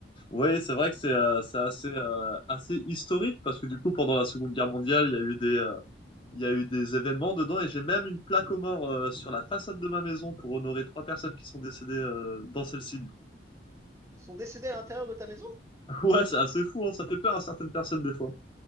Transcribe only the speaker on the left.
Oui, c'est vrai que c'est euh, c'est assez, euh, assez historique parce que du coup, pendant la Seconde Guerre mondiale, il y a eu des, euh, il y a eu des événements dedans et j'ai même une plaque aux morts euh, sur la façade de ma maison pour honorer trois personnes qui sont décédées euh, dans celle-ci.
Ouais, c'est assez fou, hein, ça fait peur à certaines personnes des fois.